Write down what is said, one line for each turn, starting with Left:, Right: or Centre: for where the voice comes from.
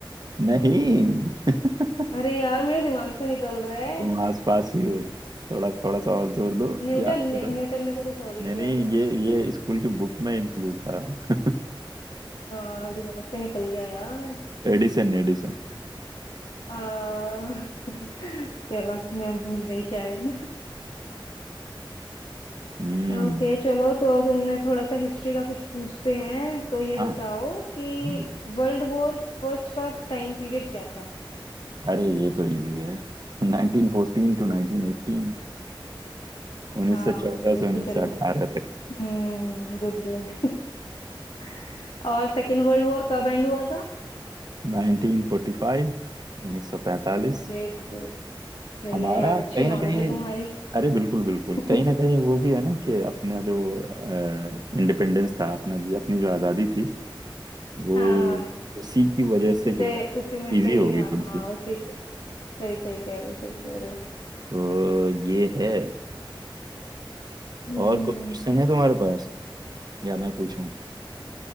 Right: नहीं <laughs>
Left: अरे यार मेरे दिमाग से निकल रहा है
Right: तुम आसपास ही हो थोड़ा थोड़ा सा और जोर दो
Left: न्यूटन
Right: याद करो
Left: न्यू- न्यूटन ने तो कुछ और ही
Right: नहीं नहीं
Left: किया था
Right: ये ये स्कूल की बुक में इंक्लूड था <laughs>
Left: आ, दिमाग से निकल गया यार
Right: Edison Edison
Left: आ, <laughs> चलो मैं भूल गई शायद
Right: हम्म
Left: ओके चलो तो तुमने थोड़ा सा हिस्ट्री का कुछ पूछते हैं तो ये बताओ
Right: हाँ
Left: कि
Right: हम्म,
Left: वर्ल्ड वॉर फर्स्ट का टाइम पीरियड क्या था
Right: अरे ये तो इजी है 1914 टू 1918 1914
Left: हाँ ये
Right: से
Left: तो
Right: 1918
Left: चलो
Right: तक
Left: Hmm good good <laughs> और सेकंड वर्ल्ड वॉर कब एंड हुआ था
Right: 1945 1945
Left: ग्रेट सही
Right: हमारा
Left: है यार अच्छी
Right: कहीं ना
Left: नॉलेज
Right: कहीं
Left: है तुम्हारी
Right: अरे बिल्कुल बिल्कुल
Left: <laughs>
Right: कहीं ना कहीं वो भी है ना कि अपना जो इंडिपेंडेंस था अपना जी अपनी जो आज़ादी थी वो
Left: हाँ
Right: उसी की वजह
Left: उसी
Right: से
Left: से
Right: जो है
Left: उसी में से
Right: इजी हो
Left: ही
Right: गई
Left: था
Right: थोड़ी
Left: हाँ
Right: सी
Left: उसी से, सही सही कह रहे हो सही कह रहे हो
Right: तो ये है
Left: हम्म
Right: और कोई क्वेश्चन है तुम्हारे पास या मैं पूछूं